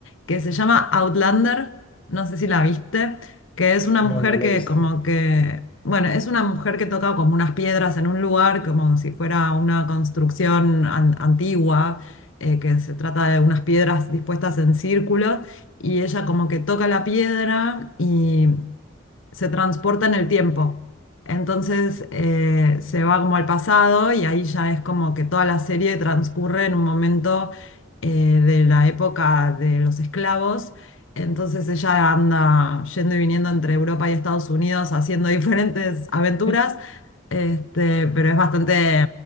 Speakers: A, on the left (about 75°); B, on the left (about 25°).
A: que se llama Outlander, no sé si la viste, que es una mujer
B: No, no la
A: que
B: he visto.
A: como que, bueno, es una mujer que toca como unas piedras en un lugar, como si fuera una construcción an- antigua, eh, que se trata de unas piedras dispuestas en círculos, y ella como que toca la piedra y se transporta en el tiempo. Entonces eh, se va como al pasado y ahí ya es como que toda la serie transcurre en un momento eh, de la época de los esclavos. Entonces ella anda yendo y viniendo entre Europa y Estados Unidos haciendo <laughs> diferentes aventuras,
B: <laughs>
A: este, pero es bastante,